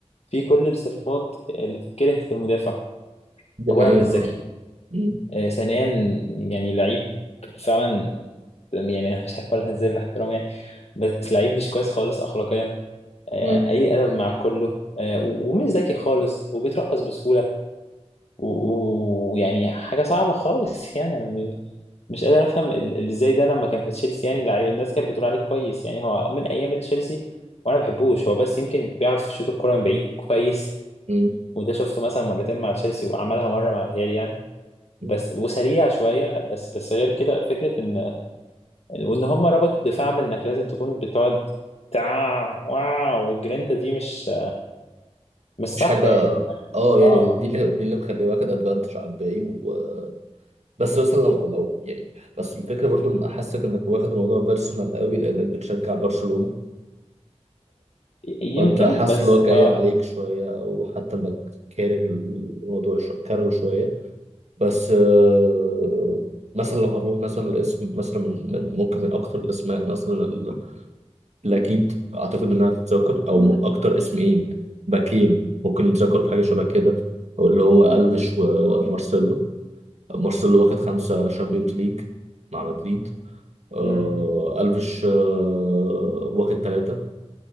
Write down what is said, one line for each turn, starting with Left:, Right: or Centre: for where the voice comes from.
Left: فيه كل الصفات اللي تتكره في المدافع
Right: دي
Left: اولا
Right: حقيقة
Left: مش ذكي
Right: اه مم.
Left: آه، ثانيا يعني لعيب فعلا يعني انا مش عارف اقولها ازاي باحترام يعني بس لعيب مش كويس خالص اخلاقيا آه،
Right: مم.
Left: اي ادب مع كله آه، و- ومش ذكي خالص وبيترقص بسهوله و- و- ويعني حاجه صعبه خالص <laughs> يعني انا م- مش قادر افهم ال- ال- ازاي ده لما كان في تشيلسي يعني لعيب الناس كانت بتقول عليه كويس يعني هو من ايام تشيلسي وانا ما بحبوش هو بس يمكن بيعرف يشوط الكوره من بعيد كويس
Right: مم.
Left: وده شفته مثلا مرتين مع تشيلسي وعملها مره مع الريال يعني بس
Right: مم.
Left: وسريع شويه بس بس غير كده فكره ان وان هم ربطوا الدفاع من انك لازم تكون بتقعد تع واو والجرينتا دي مش مش صح
Right: مش حاجة
Left: يعني
Right: اه يعني
Left: اه
Right: دي اللي دي اللي مخليه واخد ادفانتج على الباقي و... بس مثلا لو لو يعني بس الفكرة برضو ان حاسك انك واخد الموضوع بيرسونال قوي لانك بتشجع برشلونة
Left: ي- يمكن
Right: فانت حاسس
Left: بس
Right: ان هو
Left: اه
Right: جاي عليك شويه او حتى انك كاره الموضوع شو... كارهه شويه بس آه، مثلا لو هنروح مثلا الاسم مثلا من من- ممكن من اكتر الاسماء مثلا ال- اللي اكيد اعتقد انها تتذكر او من اكتر اسمين باكين ممكن يتذكروا بحاجه شبه كده أو اللي هو الفيش ومارسيلو مارسيلو واخد خمسه شامبيونز ليج مع مدريد آه،
Left: مم.
Right: الفيش آه، واخد ثلاثه